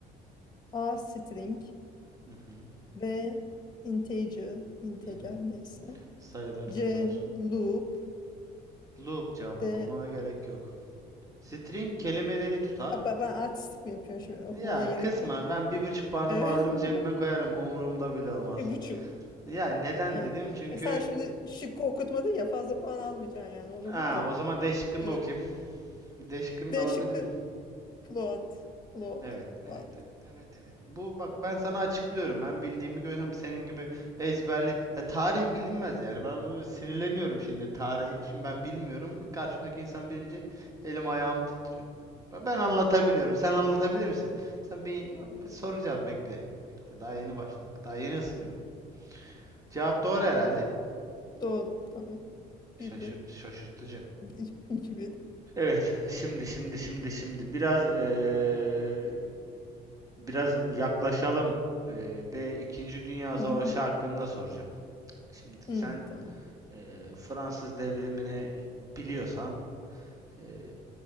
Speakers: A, on the left; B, on the right.
A: A. String
B: hı hı,
A: B. Integer, integer
B: hı hı.
A: neyse.
B: Sayıları
A: C.
B: tutar.
A: Loop
B: Loop cevap
A: D.
B: okumana gerek yok. String kelimeleri tutar.
A: Aa, ben ben artistik mi yapıyorum şimdi? Okumana
B: Ya
A: gerek
B: kısmen
A: yok.
B: ben bir buçuk puanımı
A: Ee,
B: alırım
A: <laughs>
B: cebime koyarım umurumda bile olmaz.
A: Bir buçuk.
B: Ya neden
A: Ha.
B: dedim? Çünkü
A: E sen şimdi şıkkı okutmadın ya fazla puan almayacaksın yani onu
B: ha,
A: bil de.
B: o zaman D şıkkını
A: Ee,
B: da okuyayım. D şıkkını
A: D
B: da alabilir
A: şıkkı
B: miyim?
A: Plot. Plot.
B: Evet, evet,
A: Plot.
B: evet, evet, evet. Bu bak ben sana açıklıyorum. Ben bildiğimi görüyorum. Senin gibi ezberli. Ya tarih bilinmez yani. Ben bu sinirleniyorum şimdi tarih. Şimdi ben bilmiyorum. Karşımdaki insan bilince elim ayağım titriyor. Ben ben anlatabiliyorum. Sen anlatabilir misin? Sen bir, bir soracağım bekle. Bekle. Daha yeni başladık. Daha yeni ısınıyorum. Cevap doğru herhalde.
A: Doğru. Tamam.
B: Şaşır
A: Bir bir.
B: şaşırtıcı.
A: İki iki bir.
B: Evet, şimdi şimdi şimdi şimdi biraz eee, biraz yaklaşalım eee, ve İkinci Dünya
A: Hı,
B: Savaşı hakkında soracağım. Şimdi sen
A: hı, Tamam.
B: eee, Fransız devrimini biliyorsan eee,